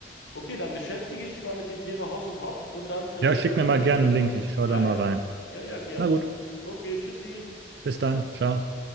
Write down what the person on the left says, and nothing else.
Okay, dann beschäftige dich mal mit dem Thema Hoss und Hopf und dann äh,
reden
wir beim
nächsten
Mal
einfach.
Ja,
ja,
ja, ja, gerne.
Okay, tschüssi.